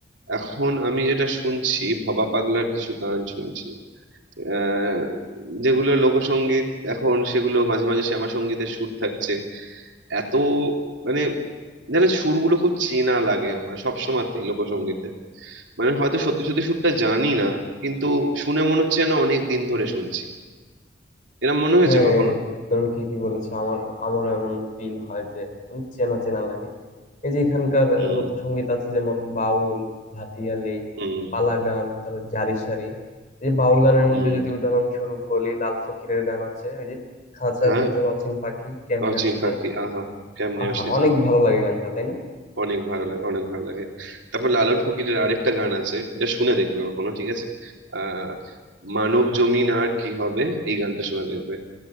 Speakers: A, on the right; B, on the left.
A: এখন আমি যেটা শুনছি ভবা পাগলার কিছু গান শুনছি আহ যেগুলো লোকসঙ্গীত এখন সেগুলো মাঝে মাঝে শ্যামাসঙ্গীতের সুর থাকছে এত মানে যেন সুরগুলো খুব চেনা লাগে আমার সব সময়তেই লোকসঙ্গীতে মানে হয়তো সত্যি সত্যি সুরটা জানি না কিন্তু শুনে মনে হচ্ছে যেন অনেক দিন ধরে শুনছি এরম মনে হয়েছে
B: হ্যাঁ
A: কখনো
B: তুমি ঠিকই বলেছো আমার আমারও এমন ফিল হয় যে মানে চেনা চেনা লাগে এই যে এখানকার
A: হুম
B: লোকসঙ্গীত আছে যেমন বাউল ভাটিয়ালি
A: হুম
B: পালা গান তারপর জারি সারি এই যে বাউল গানের
A: হুম
B: মধ্যে যদি উদাহরণস্বরূপ বলি লাল ফকিরের গান আছে ওই যে খাঁচার
A: হ্যাঁ
B: ভিতর অচিন পাখি কেমনে
A: আর চিন
B: আসা
A: পাখি
B: যায়
A: আহা কেমনে
B: আহা
A: আসে
B: অনেক
A: যায়
B: ভালো লাগে গানটা তাই না
A: অনেক ভালো লাগে অনেক ভালো লাগে তারপর লালন ফকিরের আরেকটা গান আছে এটা শুনে দেখবে কখনো ঠিক আছে আহ মানব জমিন আর কি হবে এই গানটা শুনে দেখবে